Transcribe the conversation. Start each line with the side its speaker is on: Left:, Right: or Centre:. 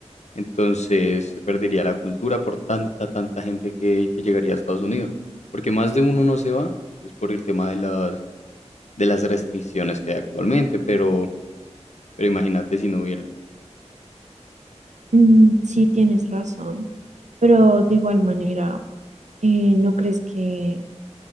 Left: entonces se perdería la cultura por tanta, tanta gente que, que llegaría a Estados Unidos. Porque más de uno no se va, es por el tema de las, de las restricciones que hay actualmente, pero, pero imagínate si no hubieran.
Right: Mm, sí, tienes razón, pero de igual manera, eh, ¿no crees que